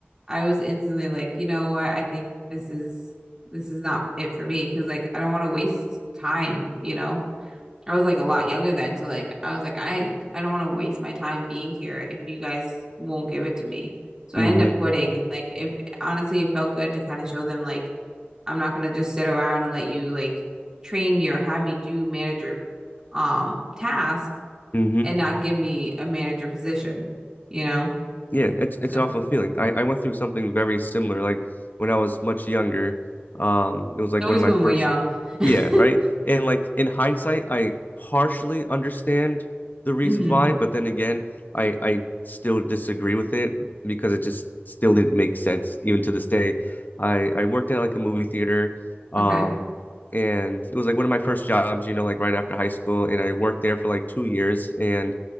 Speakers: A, on the right; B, on the left.
A: I was instantly like, you know what? I think this is this is not it for me because like I don't want to waste time, you know? I was like a lot younger then, so like I was like I I don't want to waste my time being here if you guys won't give it to me. So I
B: Mm-hmm.
A: ended up quitting and like if honestly it felt good to kind of show them like I'm not gonna just sit around and let you like train me or have me do manager um tasks
B: Mm-hmm.
A: and not give me a manager position, you know?
B: Yeah, it's
A: So
B: it's an
A: it's
B: awful feeling. I, I went through something very similar, like when I was much younger. Um, it was like
A: always
B: one of my
A: when
B: first,
A: we're young. <laughs>
B: yeah, right. And like in hindsight, I partially understand the reasons
A: hmm
B: why, but then again, I I still disagree with it because it just still didn't make sense even to this day. I I worked at like a movie theater, um,
A: Okay.
B: and it was like one of my first jobs, you know, like right after high school, and I worked there for like two years, and